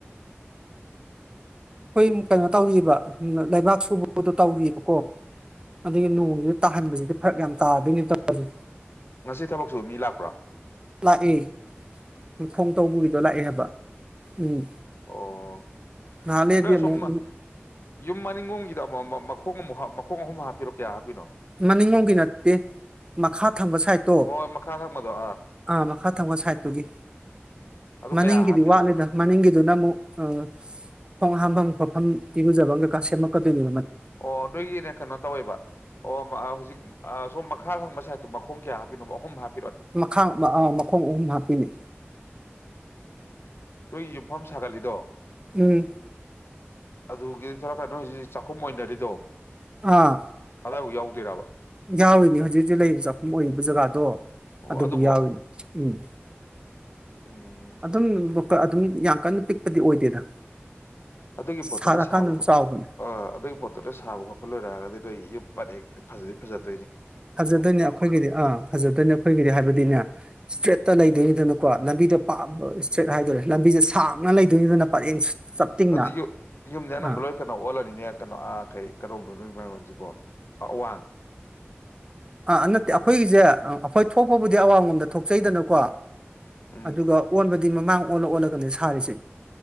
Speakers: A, on the right; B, on the left.
A: ꯑꯩꯈꯣꯏ ꯀꯩꯅꯣ ꯇꯧꯔꯤꯕ ꯂꯩꯕꯥꯛ ꯁꯨꯕꯗꯣ ꯇꯧꯔꯤꯑꯕꯀꯣ ꯑꯗꯨꯗꯒꯤ ꯅꯣꯡꯁꯤꯗ ꯇꯥꯍꯟꯕꯁꯤꯗꯤ ꯐꯔꯛ ꯌꯥꯝ ꯇꯥꯗꯣꯏꯅꯦꯕ ꯇꯁꯦ
B: ꯉꯁꯤ ꯊꯕꯛꯁꯨ ꯃꯤ ꯂꯥꯛꯄ꯭ꯔꯥ
A: ꯑꯦ <unintelligible> ꯇꯧꯕꯒꯤꯗꯣ ꯂꯥꯛꯑꯦ ꯍꯥꯏꯕ ꯎꯝ
B: ꯑꯣ
A: ꯅꯍꯥꯟꯂꯗꯤ
B: ꯅꯣꯏ ꯑꯁꯣꯝ
A: ꯑꯃꯨꯛ
B: ꯌꯨꯝ ꯃꯅꯤꯡꯉꯣꯒꯤꯗ ꯑꯃꯨ ꯃꯈꯣꯡ ꯑꯃꯨꯛ ꯃꯈꯣꯡ ꯑꯍꯨꯝ ꯍꯥꯞꯄꯤꯔꯣ ꯀꯌꯥ ꯍꯥꯞꯄꯤꯅꯣ
A: ꯃꯅꯤꯡꯂꯣꯝꯒꯤ ꯅꯠꯇꯦ ꯃꯈꯥ ꯊꯪꯕ ꯁꯥꯏꯠꯇꯣ
B: ꯍꯣꯏ ꯃꯈꯥ ꯊꯪꯕꯗꯣ
A: ꯑꯥ ꯃꯈꯥ ꯊꯪꯕ ꯁꯥꯏꯠꯇꯨꯒꯤ
B: ꯑꯗꯨ ꯀꯌꯥ
A: ꯃꯅꯤꯡꯒꯤꯗꯤ
B: ꯍꯥꯞꯄꯤꯅꯣꯕ
A: ꯋꯥꯠꯂꯤꯗ ꯃꯅꯤꯡꯒꯤꯗꯨꯅ ꯑꯃꯨꯛ ꯑ ꯈꯣꯡ ꯍꯥꯝꯐꯝ ꯈꯣꯠꯐꯝ ꯏꯔꯨꯖꯕ ꯀꯩꯀꯥ ꯁꯦꯝꯃꯛꯀꯗꯣꯏꯅꯦ
B: ꯑꯣ ꯅꯣꯏꯒꯤꯅꯦ ꯀꯩꯅꯣ ꯇꯧꯋꯦꯕ ꯑꯣ ꯍꯧꯖꯤꯛ ꯁꯣꯝ ꯃꯈꯥ ꯊꯪꯕ ꯁꯥꯏꯠꯇꯣ ꯃꯈꯣꯡ ꯀꯌꯥ ꯍꯥꯞꯄꯤꯅꯣꯕ ꯑꯍꯨꯝ ꯍꯥ
A: ꯃꯈꯥ ꯑꯥ ꯃꯈꯣꯡ ꯑꯍꯨꯝ ꯍꯥꯞꯄꯤꯅꯦ
B: ꯅꯨꯏ ꯌꯨꯝꯐꯝ ꯁꯥꯒꯠꯂꯤꯗꯣ
A: ꯎꯝ
B: ꯑꯗꯨꯒꯤꯗꯤ ꯀꯩꯅꯣ ꯍꯧꯁꯤ ꯆꯥꯛꯈꯨꯝ ꯑꯣꯏꯅ <unintelligible>
A: ꯑꯥ
B: ꯑꯗꯥꯏꯐꯥꯎ ꯌꯥꯎꯗꯣꯏꯔꯕ
A: ꯌꯥꯎꯋꯅꯦ ꯍꯧꯖꯤꯛ ꯍꯧꯖꯤꯛ ꯂꯩꯔꯤꯕ ꯆꯥꯛꯈꯨꯝ ꯑꯣꯏꯔꯤꯕ ꯖꯒꯥꯗꯣ
B: ꯑꯣ
A: ꯑꯗꯨꯕꯨ
B: ꯑꯗꯨꯕꯣ
A: ꯌꯥꯎꯋ ꯎꯝ
B: ꯎꯝ
A: ꯑꯗꯨꯝ ꯑꯗꯨꯝ ꯌꯥꯝ ꯀꯟꯅ ꯄꯤꯛꯄꯗꯤ ꯑꯣꯏꯗꯦꯗ
B: ꯑꯗꯨꯒꯤ
A: ꯁꯥꯔꯀꯥꯟꯗ
B: ꯄꯣꯠꯇꯨꯅ ꯁꯥꯕ ꯈꯣꯠꯄ
A: ꯑꯗꯨꯝ ꯆꯥꯎꯕꯅꯦ
B: ꯑ ꯑꯗꯨꯒꯤ ꯄꯣꯠꯇꯨꯅ ꯁꯥꯕ ꯈꯣꯠꯄ ꯂꯣꯏꯔꯛꯑꯒꯗꯤ ꯅꯣꯏ ꯐꯔꯦ ꯐꯖꯩ ꯐꯖꯗꯦ
A: ꯐꯖꯗꯣꯏꯅꯦ ꯑꯩꯈꯣꯏꯒꯤꯗꯤ ꯑꯥ ꯐꯖꯗꯣꯏꯅꯦ ꯑꯩꯈꯣꯏꯒꯤꯗꯤ ꯍꯥꯏꯕꯗꯤꯅꯦ ꯏꯁꯇ꯭ꯔꯦꯠ ꯂꯩꯗꯣꯏꯅꯤꯗꯅꯀꯣ ꯂꯝꯕꯤꯗ ꯏꯁꯇ꯭ꯔꯦꯠ ꯍꯥꯏꯗꯔꯦ ꯂꯝꯕꯤꯁꯦ ꯁꯥꯡꯅ ꯂꯩꯗꯣꯏꯅꯤꯗꯅ ꯄꯔꯦꯡ ꯆꯞꯇꯤꯡꯅ
B: ꯑꯗꯨ ꯌꯨꯝꯗ ꯑꯅꯝꯕ
A: ꯑꯥ
B: ꯂꯣꯏ ꯀꯩꯅꯣ ꯑꯣꯜꯂꯅꯤꯅꯦ ꯀꯩꯅꯣ ꯑꯥ ꯀꯩ ꯀꯗꯧꯝꯗꯧꯅꯣ ꯃꯥꯏꯑꯟꯁꯤꯕꯣ ꯑꯋꯥꯡ
A: ꯑꯥ ꯅꯠꯇꯦ ꯑꯩꯈꯣꯏꯒꯤꯁꯦ ꯑꯩꯈꯣꯏ ꯊꯣꯛꯄꯕꯨꯗꯤ ꯑꯋꯥꯡꯡꯂꯣꯝꯗ ꯊꯣꯛꯆꯩꯗꯅꯀꯣ
B: ꯎꯝ
A: ꯑꯗꯨꯒ ꯑꯣꯟꯕ ꯑꯗꯨꯗꯤ ꯃꯃꯥꯡ ꯑꯣꯜꯂ ꯑꯣꯜꯂꯒꯅꯦ ꯁꯥꯔꯤꯁꯦ